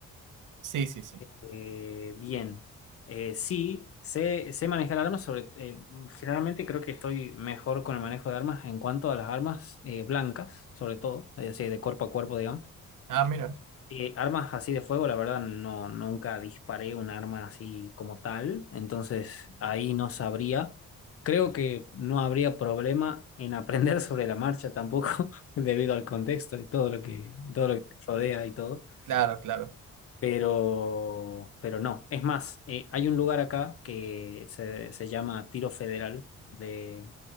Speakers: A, on the right; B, on the left.
A: Sí, sí, sí.
B: Eh, bien, Eh, sí, sé, sé manejar armas, sobre, eh, generalmente creo que estoy mejor con el manejo de armas en cuanto a las armas eh, blancas, sobre todo, es decir, de cuerpo a cuerpo, digamos.
A: Ah, mira,
B: Eh, armas así de fuego, la verdad, no, nunca disparé un arma así como tal, entonces ahí no sabría. Creo que no habría problema en aprender <laughs> sobre la marcha tampoco, <laughs> debido al contexto y todo lo que, todo lo que te rodea y todo.
A: claro, claro.
B: Pero, pero no. Es más, eh, hay un lugar acá que se, se llama Tiro Federal, de,